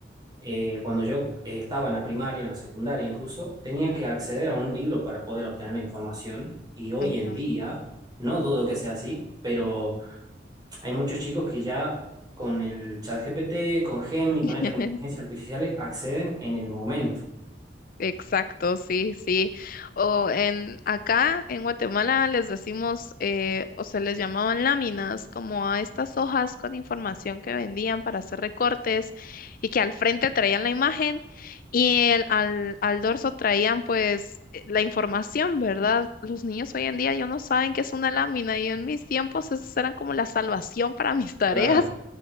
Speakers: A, on the right (about 25°); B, on the left (about 50°).
A: eh, cuando yo eh, estaba en la primaria, en la secundaria incluso, tenía que acceder a un libro para poder obtener la información y hoy
B: ujú.
A: en día, no dudo que sea así, pero hay muchos chicos que ya con el ChatGPT, con Gemini,
B: <laughs>
A: con estas inteligencias artificiales acceden en el momento.
B: Exacto, sí, sí. O en acá en Guatemala les decimos, eh, o se les llamaban láminas, como a estas hojas con información que vendían para hacer recortes y que al frente traían la imagen y el- al, al dorso traían pues eh, la información, ¿verdad? Los niños hoy en día ya no saben qué es una lámina y en mis tiempos esas eran como la salvación para mis tareas
A: Claro,